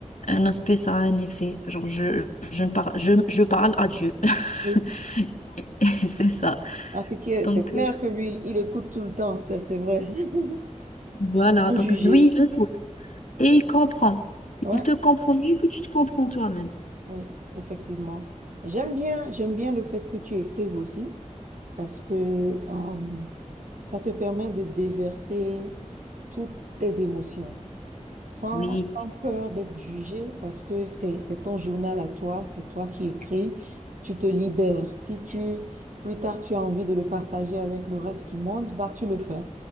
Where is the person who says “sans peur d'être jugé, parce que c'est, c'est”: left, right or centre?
Right